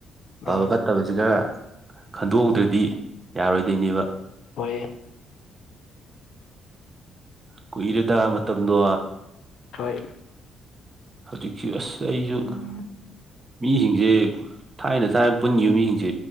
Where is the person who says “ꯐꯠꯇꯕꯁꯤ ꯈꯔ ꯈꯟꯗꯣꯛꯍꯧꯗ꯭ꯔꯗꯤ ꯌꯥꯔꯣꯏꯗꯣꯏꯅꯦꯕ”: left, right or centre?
Right